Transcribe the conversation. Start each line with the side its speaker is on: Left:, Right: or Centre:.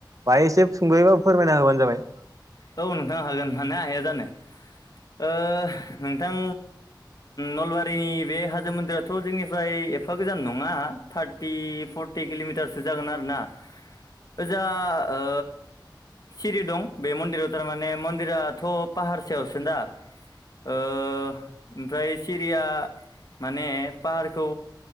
Right: बाहाय एसे सुंदयैबाबो फोरमायना होबानो जाबाय।
Left: औ नोंथां हागोन मानो हाया जानो ओ नोंथां नलबारिनि बे हाजो मन्दिराथ' जोंनिफ्राय एफा गोजान नङा थार्टि फर्टि किल'मिटारसो जागोन आरोना ओजा ओ सिरि दं बे मन्दिराव थारमाने मन्दिराथ' पाहारसायावसो दा ओ ओमफ्राय सिरिया माने पाहारखौ